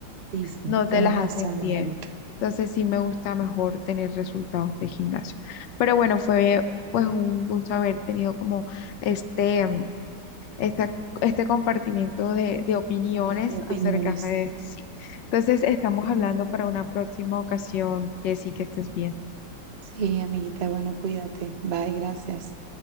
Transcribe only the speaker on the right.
Sí, sí,
tienes
razón,
Angélica,
de de opiniones.
Sí, amiguita, bueno, cuídate. Bye, gracias.